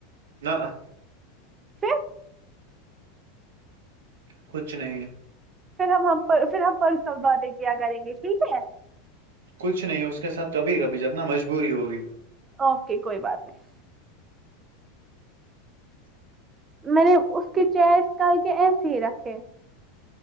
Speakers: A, on the right; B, on the right.
A: نہ
B: کیا
A: کچھ نہیں
B: پھر ہم پھر ہم پرسنل باتیں کیا کریں گے ٹھیک ہے
A: کچھ نہیں اس کے ساتھ کبھی کبھی جبنا مجبوری ہوگی
B: اوکے کوئی بات نہیں میں نے اس کے چیٹس کر کے ایسے ہی رکھے